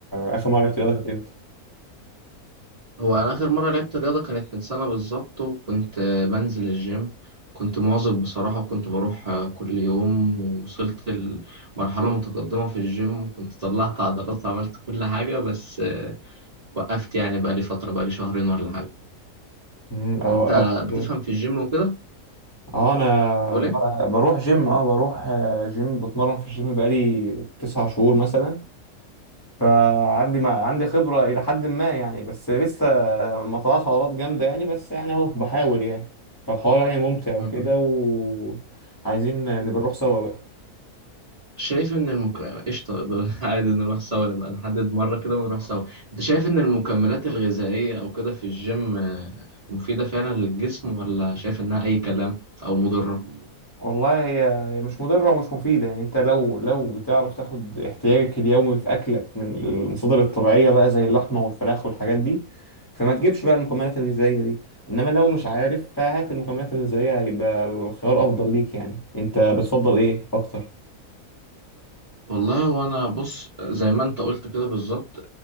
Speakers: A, on the left; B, on the right.
A: اخر مره لعبت رياضه كانت امتى؟
B: هو أنا آخر مرة لعبت رياضة كانت من سنة بالظبط وكنت آه، بنزل الجيم كنت مواظب بصراحة وكنت بروح آه، كل يوم ووصلت لمرحلة متقدمة في الجيم وكنت طلعت عضلات وعملت كل حاجة بس آه، وقفت يعني بقالي فترة بقالي شهرين ولا حاجة
A: مم، أنا
B: أنت
A: وقفت
B: بتفهم في الجيم وكده
A: اه انا
B: بتقول
A: ب-
B: إيه؟
A: بروح جيم اه بروح آه، جيم بتمرن في الجيم بقالي تسع شهور مثلا فعندي ما عندي خبرة إلى حد ما يعني بس لسه ما طلعش عضلات جامدة يعني بس يعني أهو بحاول يعني فالحوار يعني ممتع وكده
B: م- م.
A: وعايزين نبقى نروح سوا بقى
B: شايف ان المك... قشطة ده <laughs> عادي نروح سوا نبقى نحدد مرة كده ونروح سوا انت شايف ان المكملات الغذائية او كده في الجيم آه، مفيدة فعلا للجسم ولا شايف انها اي كلام او مضرة
A: والله هي هي مش مضرة ومش مفيدة يعني انت لو لو بتعرف تاخد احتياجك اليومي في اكلك من المصادر الطبيعية بقى زي اللحمة والفراخ والحاجات دي فما تجيبش بقى المكملات الغذائية دي انما لو مش عارف فهات المكملات الغذائية هيبقى الخيار افضل ليك يعني انت بتفضل ايه اكتر
B: والله وانا بص زي ما انت قلت كده بالظبط